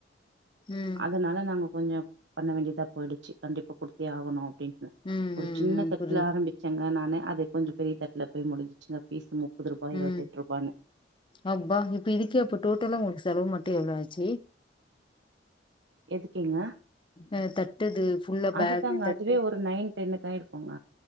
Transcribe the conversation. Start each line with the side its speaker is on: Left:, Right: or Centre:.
Left: ம்
Right: அதனால நாங்க கொஞ்சோ பண்ண வேண்டியதா போயிடிச்சு கண்டிப்பா குடுத்தே ஆகணு அப்டினு
Left: ம்
Right: ஒரு
Left: ம்
Right: சின்ன
Left: ம்
Right: தட்ல
Left: புரியுது
Right: ஆரம்பி ச்சங்க நானு அது கொஞ்சோ பெரிய தட்ல போய் முடிஞ்சிச்சுங்க பீசு முப்பது ரூபாய் இருவத்தெட்ருபானு
Left: ம் அப்பா இப்ப இதுக்கே அப்போ டோட்டலா உங்ளுக்கு செலவு மட்டோ எவ்ளோ ஆச்சு
Right: எதுக்கிங்க
Left: அ தட்டுது ஃபுல்லா
Right: அதுதாங்க
Left: பேகு தட்டு
Right: அதுவே ஒரு நைன் டென்னுக்காயிருக்கோங்க